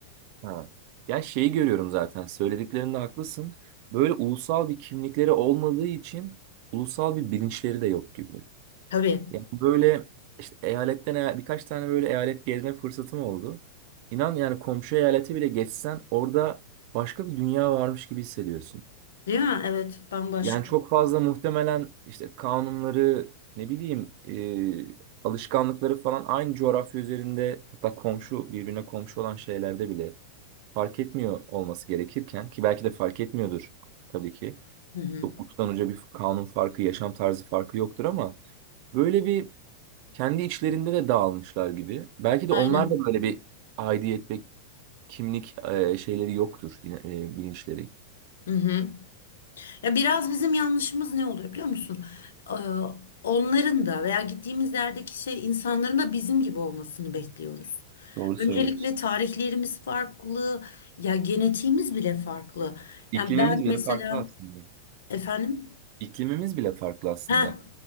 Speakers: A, on the right (about 45°); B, on the left (about 65°).
A: Ha. Ya şeyi görüyorum zaten. Söylediklerinde haklısın. Böyle ulusal bir kimlikleri olmadığı için ulusal bir bilinçleri de yok gibi.
B: Tabii,
A: Yani böyle işte eyaletten eya- birkaç tane böyle eyalet gezme fırsatım oldu. İnan yani komşu eyaleti bile geçsen orada başka bir dünya varmış gibi hissediyorsun.
B: değil mi? Evet, bambaşka.
A: Yani çok fazla muhtemelen işte kanunları ne bileyim e, alışkanlıkları falan aynı coğrafya üzerinde hatta komşu birbirine komşu olan şeylerde bile fark etmiyor olması gerekirken ki belki de fark etmiyordur tabii ki.
B: Hı hı.
A: Çok uçtan uca bir kanun farkı, yaşam tarzı farkı yoktur ama böyle bir kendi içlerinde de dağılmışlar gibi. Belki de
B: Aynen.
A: onlar da böyle bir aidiyet ve kimlik e, şeyleri yoktur yine e, bilinçleri.
B: Hı hı. Ya biraz bizim yanlışımız ne oluyor biliyor musun? Ee, onların da veya gittiğimiz yerdeki şey insanların da bizim gibi olmasını bekliyoruz.
A: Doğru
B: Öncelikle
A: söylüyorsun.
B: tarihlerimiz farklı, ya genetiğimiz bile farklı.
A: İklimimiz
B: Yani ben
A: bile
B: mesela
A: farklı aslında.
B: efendim,
A: İklimimiz bile farklı aslında.
B: ha